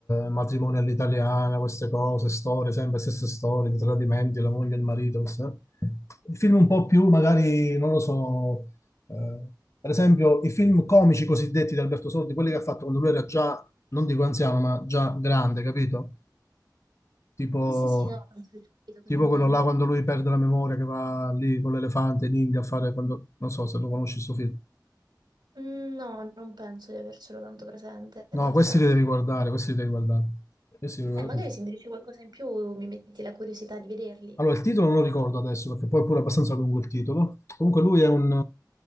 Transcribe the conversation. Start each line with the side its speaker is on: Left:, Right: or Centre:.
Left: matrimonio all'italiana, queste cose, storie, sempre stesse storie, di tradimenti, la moglie e il marito. queste- eh. I film un po' più, magari, non lo so, eh, per esempio i film comici cosiddetti di Alberto Sordi, quelli che ha fatto quando lui era già, non dico anziano, ma già grande, capito? tipo,
Right: Sì, sì, sì, no, penso di aver capito cosa
Left: tipo
Right: intendi.
Left: quello là quando lui perde la memoria che va lì con l'elefante in India a fare quando, non so se lo conosci sto film.
Right: Mm, No, non penso di avercelo tanto presente
Left: No,
Right: in realtà.
Left: questi li devi guardare,
Right: Eh,
Left: questi li devi guardare. Questi li devi guardare.
Right: magari se mi dici qualcosa in più mi metti la curiosità di vederli.
Left: Allora, il titolo non lo ricordo adesso perché poi è pure abbastanza lungo il titolo. Comunque lui è un,